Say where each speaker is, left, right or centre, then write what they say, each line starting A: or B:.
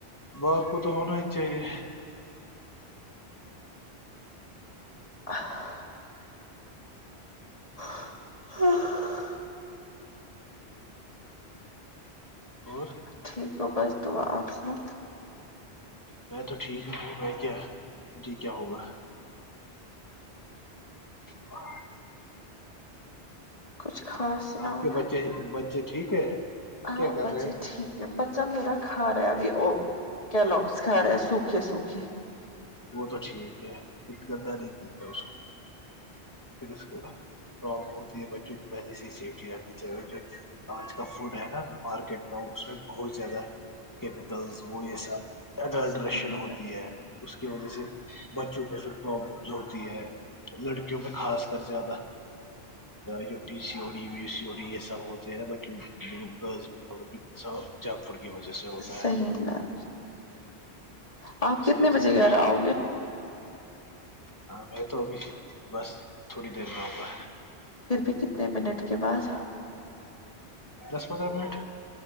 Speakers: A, on the left; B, on the left.
A: باپ کو تو ہونا ہی چاہیے
B: اچھا ہاں
A: اور
B: ٹھیک ہو بس دعا آپ سنا
A: میں تو ٹھیک ہوںا میں کیا جی کیا ہوگا ہاں
B: کچھ خاص سناؤ
A: آپ کے بچے بچے ٹھیک ہے
B: ہاں
A: کیا کر
B: بسی
A: رہے ہیں
B: ٹھیک بچا میرا کھا رہا ہے بھی وہ کیلوگس کا رہا ہے سوکھے سوکھے
A: وہ تو ٹھیک ہے ک گداری کی ہے اس کو پھر اس کو پرابلم ہوتی ہے بچوں کو پہلے سے سیفٹی رکھنی چاہیے جو آج کا فوڈ ہے نا مارکیٹ کا اس میں بہت زیادہ کیمیکلز وہ یہ سب اڈلٹ
B: صحیح
A: رشن ہوتی
B: میم
A: ہے اس کی وجہ سے بچوں میں پھر پرابلم ہوتی ہے لڑکی کیونکہ خاص کر زیادہ جات پی سی اڑی بی سی ہوی یہ سب ہوتے ہیں نا ب <unintelligible> جاگ پور کی وجہ سے ہوتا
B: صحیح
A: ہے
B: میم آپ
A: اس
B: کتنے
A: لیے
B: بجے
A: جتنا
B: گ رہے ہو
A: ہاں میں تو ابھی بس تھوڑی دیر میں آپا
B: پھر بھی کتنے منٹ کے بعد
A: دس پندرہ منٹ <unintelligible>